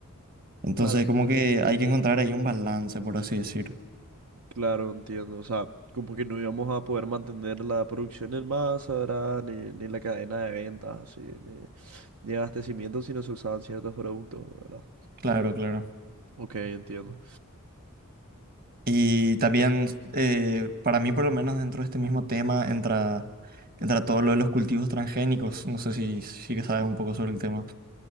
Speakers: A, on the right; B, on the right.
A: Entonces,
B: Claro.
A: como que hay que encontrar ahí un balance, por así decir.
B: Claro, entiendo. O sea, como que no íbamos a poder mantener la producción en masa, ¿verdad? Ni, ni la cadena de ventas, así, ni, ni abastecimiento si no se usaban ciertos productos, ¿verdad?
A: Claro, claro.
B: Ok, entiendo.
A: Y también, eh, para mí por lo menos dentro de este mismo tema entra, entra todo lo de los cultivos transgénicos. No sé si, si que sabes un poco sobre el tema.